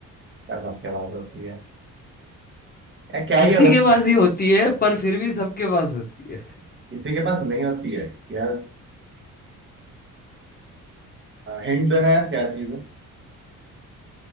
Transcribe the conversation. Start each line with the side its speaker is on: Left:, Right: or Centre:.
Right: पर सबके पास होती है
Left: <laughs>
Right: यार क्या
Left: किसी
Right: ही हो सकता
Left: के पास
Right: है
Left: ही होती है पर फिर भी सबके पास होती है
Right: किसी के पास नहीं होती है यार हिंट देना है क्या चीज है